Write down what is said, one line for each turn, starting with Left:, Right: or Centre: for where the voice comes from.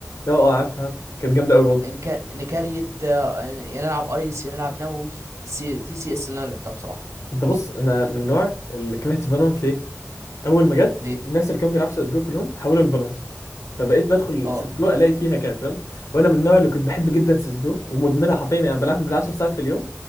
Left: لا اه اه، عارف عارف كانت جامده قوي برضه
Right: نك... نكريت آه، يا نلعب ايس يا نلعب نووي سي... دي سي اس اللي انا لعبتها بصراحه
Left: انت بص انا من النوع اللي كرهت فالونت ليه؟ اول ما جت
Right: ليه
Left: الناس اللي كانوا بيلعبوا سيسجو كلهم حولوا لفالورانت فبقيت بدخل
Right: اه
Left: سيسجو الاقي فيها كات فاهم وانا من النوع اللي كنت بحب جدا سيسجو ومدمنها حرفيا يعني بلعب بال10 ساعات في اليوم